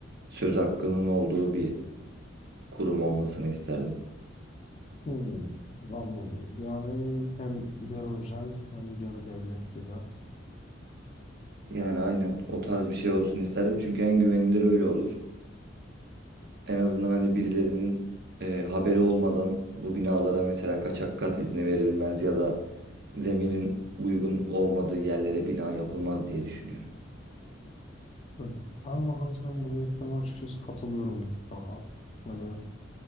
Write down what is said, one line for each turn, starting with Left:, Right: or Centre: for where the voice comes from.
Right: söz hakkının olduğu bir kurum olmasını isterdim.
Left: Hmm, Anladım. Yani hem yarı özel hem yarı devlet gibi.
Right: Yani aynen o tarz bir şey olsun isterdim. Çünkü en güvenilir öyle olur. En azından hani birilerinin e, haberi olmadan bu binalara mesela kaçak kat izni verilmez ya da zeminin uygun olmadığı yerlere bina yapılmaz diye düşünüyorum.
Left: Hı. Ben de hani sen bu dediklerine açıkçası katılıyorum bir tık daha. Hani